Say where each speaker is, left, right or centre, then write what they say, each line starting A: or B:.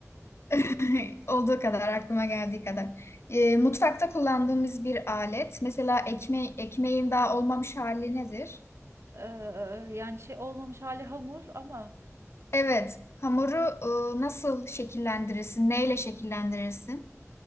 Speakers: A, on the left (about 55°); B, on the right (about 55°).
A: <laughs> Olduğu kadar, aklıma geldiği kadar. E, mutfakta kullandığımız bir alet. Mesela ekme ekmeğin daha olmamış hali nedir?
B: Eee, yani şey olmamış hali hamur ama
A: Evet. Hamuru e, nasıl şekillendirirsin? Neyle şekillendirirsin?